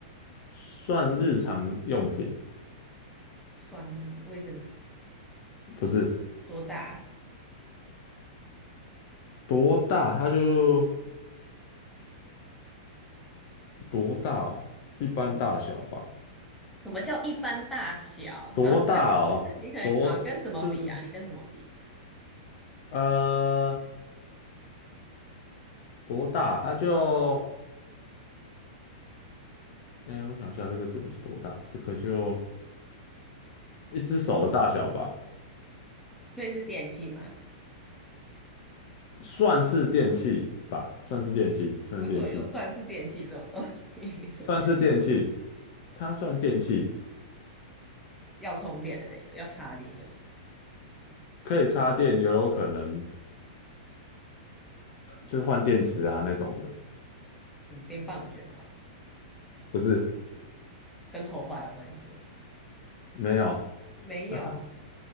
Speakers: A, on the left; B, in the centre.
A: 算日常用品，
B: 算日常卫生纸
A: 不是
B: 多大啊
A: 多大，它就多大哦，一般大小吧，
B: 嗯，什么叫一般大小？
A: 多大哦，
B: 然后你跟 <laughs> 你可能好像跟什么比啊？
A: 多就是
B: 你跟什么比？
A: 呃多大，它就哎，我想一下，这个这个是多大？这个就一只手的大小吧，
B: 所以是电器吗？
A: 算是电器吧，算是电器，算是电器，
B: 为什么有算是电器这种东西 <laughs> 出现？
A: 算是电器，它算电器，
B: 要充电的那种，要插电用，
A: 可以插电，也有可能就是换电池啊那种的，
B: 嗯，电棒卷哦，
A: 不是，
B: 跟头发有关系吗？
A: 没有，<laughs>
B: 没有，
A: 哈哈，